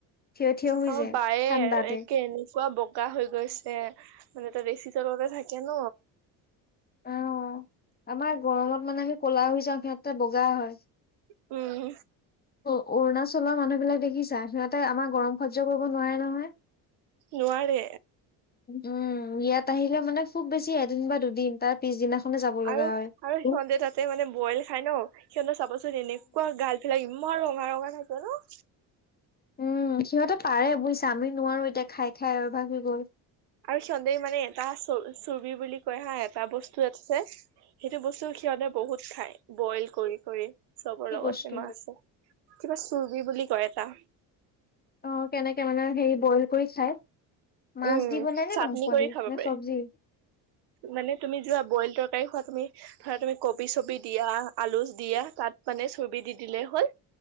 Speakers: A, on the left; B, on the right.
A: থিয় থিয় হৈ
B: অমা
A: যায়
B: বায়ে
A: ঠাণ্ডাতে।
B: একে এনেকুৱা ব। কাহ হৈ গৈছে মানে ত এচি তলতে থাকে ন
A: অ', আমাৰ গৰমত মানে আমি ক'লা হৈ যাওঁ, সিহঁতে বগা হয়।
B: উম।
A: অ' অৰুণাচলৰ মানুহ বিলাক দেখিছা, সিহঁতে আমাৰ গৰম সহ্য কৰিব নোৱাৰে নহয়।
B: নোৱাৰে।
A: উম ইয়াত আহিলে মানে খুব বেছি এদিন বা দুদিন। তাৰ পিছদিনাখনে যাব লগা
B: আৰু
A: হয়।
B: আৰু
A: উম।
B: সিহঁতে তাতে মানে বইল খাই ন, সিহঁতে চাবাচোন এনেকুৱা গাল এইবিলাক ইমান ৰঙা ৰঙা থাকে ন।
A: উম সিহঁতে পাৰে বুজিছা আমি নোৱাৰো এতিয়া খাই খাই অভ্যাস হৈ গ'ল
B: আৰু শিসতে মানে এটা চ চুুবি বুলি কয় হা এটা বস্তু <unintelligible> ইটো আছে সেইটো বস্তু সিহতে বহুত খায় বইল কৰি কৰি চবৰ
A: কি
B: লগতে
A: বস্তু
B: মা আছে কিবা চুৰ্বি বুলি কয় এটা
A: অ কেনেকে মানে হেৰি বইল কৰি খায় মাছ
B: উম
A: দি বনায় নে
B: চাটনি
A: মাংস
B: কৰি
A: দি
B: খাব
A: নে
B: পাৰে
A: চব্জি
B: মানে তুমি যোৱা বইল তৰকাৰী খোৱা তুমি। ধৰা তুমি কবি চবি দিয়া, আলু দিয়া, তাত মানে চুৰ্বি দি দিলেই হ'ল।